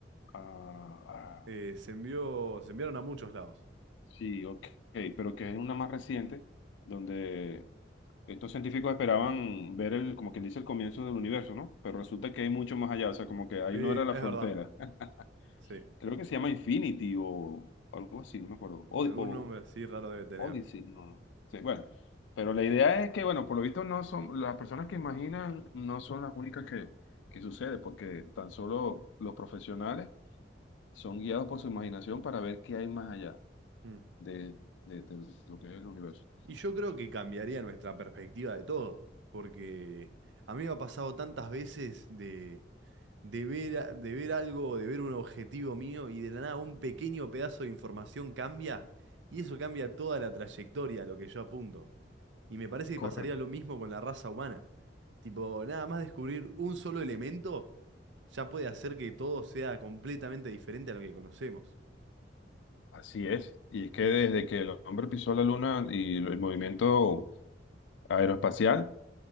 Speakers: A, on the left; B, on the right.
A: a- a-
B: Eh, se envió, se enviaron a muchos lados.
A: sí, ok, pero que es una más reciente, donde estos científicos esperaban ver el, como quien dice, el comienzo del universo, ¿no? Pero resulta que hay mucho más allá, o sea, como que ahí
B: Sí,
A: no
B: es
A: era la
B: verdad.
A: frontera. <laughs>
B: Sí.
A: Creo que se llama Infinity o algo así, no me acuerdo. O,
B: Algún
A: o
B: nombre así raro debe tener.
A: Odyssey, no, no. Sí, bueno, pero la idea es que, bueno, por lo visto no son, las personas que imaginan no son las únicas que, que sucede, porque tan solo los profesionales son guiados por su imaginación para ver qué hay más allá
B: Mm.
A: de, de- de lo que es el universo.
B: Y yo creo que cambiaría nuestra perspectiva de todo, porque a mí me ha pasado tantas veces de, de ver, a- de ver algo, de ver un objetivo mío y de la nada un pequeño pedazo de información cambia y eso cambia toda la trayectoria a lo que yo apunto. Y me parece que pasaría
A: Correcto.
B: lo mismo con la raza humana. Tipo, nada más descubrir un solo elemento ya puede hacer que todo sea completamente diferente a lo que conocemos.
A: Así es. Y es que desde que el hombre pisó la luna y el movimiento aeroespacial,